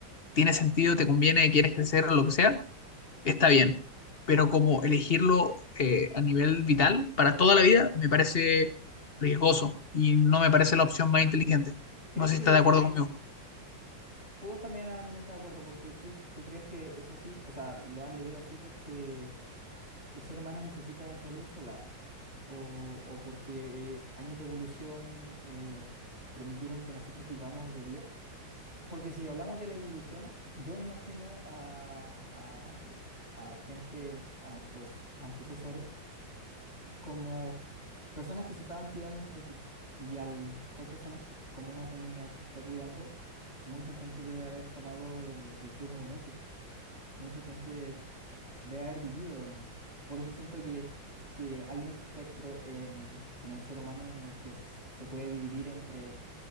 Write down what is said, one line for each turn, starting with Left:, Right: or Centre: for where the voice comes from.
Left: tiene sentido, te conviene, quieres crecer, lo que sea, está bien, pero como elegirlo eh, a nivel vital para toda la vida me parece riesgoso y no me parece la opción más inteligente.
Right: ¿Crees
Left: No sé
Right: que
Left: si estás de acuerdo conmigo.
Right: puedo estar medianamente de acuerdo porque tú, tú crees que es así? O sea, lo has leído así porque el ser humano necesita de esa luz solar o, o porque eh, años de evolución eh, permitieron que nosotros vivamos de día. Porque si hablamos de la evolución, yo me imagino a, a, a la gente, a nuestros antecesores, como personas que se estaban cuidando entre sí. Y al ser personas que- como una comunidad que se está cuidando, mucha gente debe haber tomado el, el turno de noche, mucha gente debe haber vivido de noche. Por eso siento que, que hay un espectro en, en el ser humano en el que s- se puede dividir entre